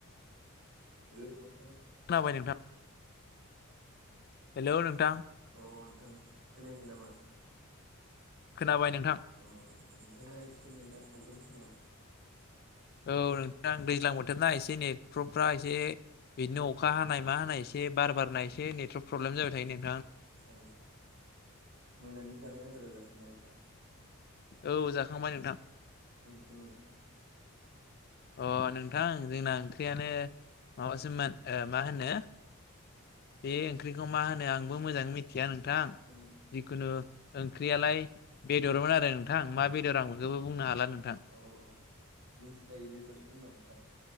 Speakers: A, on the right; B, on the left.
A: हेलौ, नोंथां।
B: खोनाबाय नोंथां। हेल' नोंथां।
A: अ नोंथां खोनायाखै नामा?
B: खोनाबाय नोंथां
A: अ नोंथांना एसे एनै दा प्रब्लेमसङा?
B: औ नोंथां दैज्लां बोथोरना एसे नेट्र'फ्रा एसे बिदिनो अखा हानाय मा हानाय एसे बार बारनाय एसे नेटवर्क प्रब्लेम जाबाय थायो नों
A: औ, मोनानि जानाय आदारा जाखांबाय नोंथां?
B: औ जाखांबाय नोंथां।
A: <inaudible>
B: अ नोंथां जोंना ओंख्रियानो माबासोमोन मा होनो बे ओंख्रिखौ मा होनो आंबो मोजाङै मिथिया नोंथां
A: उम
B: जिखुनु ओंख्रियालाय बेदरमोन आरो नोंथां मा बेदर आं बेखौबो बुंनो हाला नोंथां
A: अ मिथिलायै बेदरसो होमबा नोंथां?